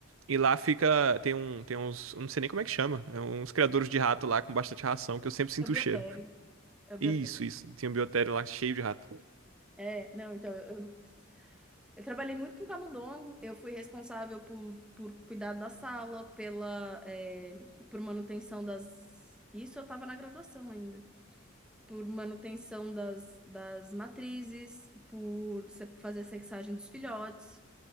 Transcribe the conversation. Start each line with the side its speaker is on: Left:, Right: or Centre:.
Right: E lá fica. Tem um. Tem uns. eu Não sei nem como é que chama. É uns criadores de rato lá com bastante ração, que eu sempre sinto
Centre: É o biotério.
Right: o cheiro.
Centre: É o biotério.
Right: Isso, isso. Tinha um biotério lá cheio de rato.
Centre: É, não, então, eu, eu trabalhei muito com camundongo, eu fui responsável por, por cuidar da sala, pela, é, por manutenção das. Isso eu estava na graduação ainda. por manutenção das, das matrizes, por se- fazer a sexagem dos filhotes,